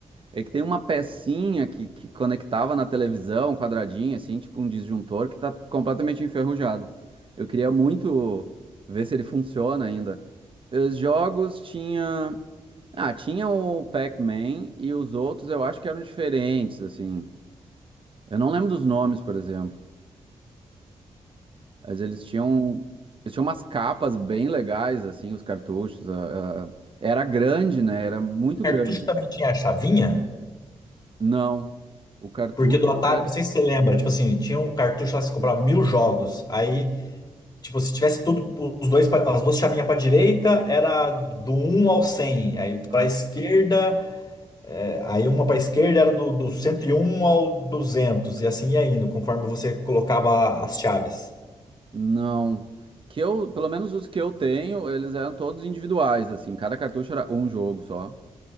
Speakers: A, on the right; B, on the left.
A: É que tem uma pecinha que, que conectava na televisão, quadradinha, assim, tipo um disjuntor, que tá completamente enferrujado. Eu queria muito ver se ele funciona ainda. Os jogos tinha. Ah, tinha o Pac-Man e os outros eu acho que eram diferentes, assim. Eu não lembro dos nomes, por exemplo. Mas eles tinham, eles tinham umas capas bem legais, assim, os cartuchos. a- a- Era grande, né? Era muito
B: cartucho
A: grande.
B: também tinha a chavinha?
A: Não, o cartucho
B: Porque do Atari,
A: era.
B: não sei se você lembra, tipo assim, tinha um cartucho lá que você comprava mil jogos. Aí Tipo, se tivesse tudo, os dois, pa- as duas chavinhas para direita, era do um ao cem Aí
A: ah,
B: para esquerda, é, aí uma para esquerda era do, do cento e um ao duzentos E assim ia indo, conforme você colocava as chaves.
A: Não. Que eu, pelo menos os que eu tenho, eles eram todos individuais, assim. Cada cartucho era um jogo só.